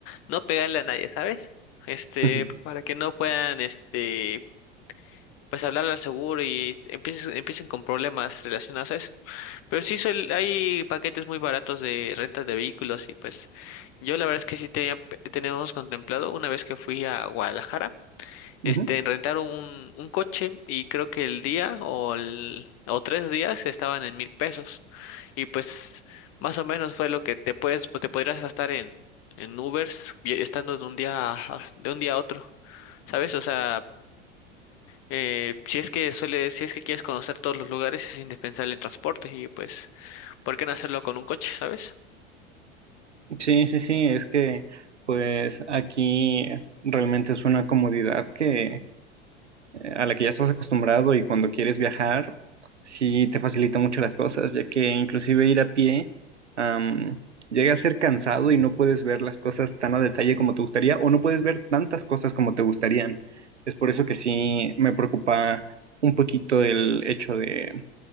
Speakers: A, on the left (about 45°); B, on the right (about 85°).
A: no pegarle a nadie, ¿sabes? Este,
B: Ujú,
A: para que no puedan, este, pues hablarle al seguro y empiecen, empiecen con problemas relacionados a eso. Pero sí suel- hay paquetes muy baratos de rentas de vehículos y pues yo la verdad es que sí tenía, tenemos contemplado una vez que fui a Guadalajara
B: ujú.
A: este, rentaron un, un coche y creo que el día o, el, o tres días estaban en mil pesos. Y pues más o menos fue lo que te puedes, pues, te podrías gastar en, en Ubers vi- estando de un día a, de un día a otro. ¿Sabes? O sea, eh, si es que suele, si es que quieres conocer todos los lugares es indispensable el transporte y pues, ¿por qué no hacerlo con un coche, sabes?
B: Sí, sí, sí, es que pues aquí realmente es una comodidad que eh, a la que ya estás acostumbrado y cuando quieres viajar, sí te facilita mucho las cosas, ya que inclusive ir a pie, am, llega a ser cansado y no puedes ver las cosas tan a detalle como te gustaría o no puedes ver tantas cosas como te gustarían. Es por eso que sí me preocupa un poquito el hecho de